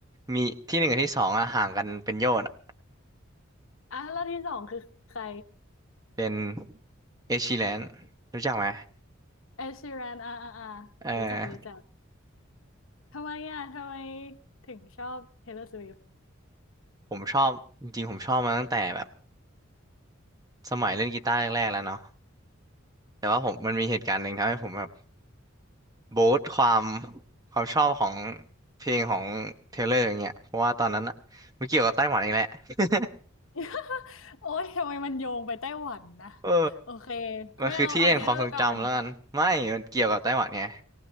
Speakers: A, on the right (about 20°); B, on the left (about 70°).
A: มีที่หนึ่งกับที่สองอะห่างกันเป็นโยชน์อะ
B: อ่ะแล้วที่สองคือใคร
A: เป็น Ed Sheeran รู้จักไหม
B: เอชชีแรนอ่าอ่าอ่า
A: เออ
B: รู้จักรู้จักทำไมอ่ะทำไมถึงชอบ Taylor Swift
A: ผมชอบจริงๆผมชอบมาตั้งแต่แบบสมัยเล่นกีตาร์แรกๆแล้วเนาะแต่ว่าผมมันมีเหตุการณ์หนึ่งทำให้ผมแบบ บูสต์ความความชอบของเพลงของเทเลอร์อย่างเงี้ยเพราะว่าตอนนั้นอะมันเกี่ยวกับไต้หวันอีกแหละ <laughs>
B: <laughs> โอ้ยทำไมมันโยงไปไต้หวันนะ
A: เออ
B: โอเค
A: มันคือที่แห่งความทรงจำแล้วกันไม่มันเกี่ยวกับไต้หวันไง
B: ไม่เอาเอาเทเลก่อน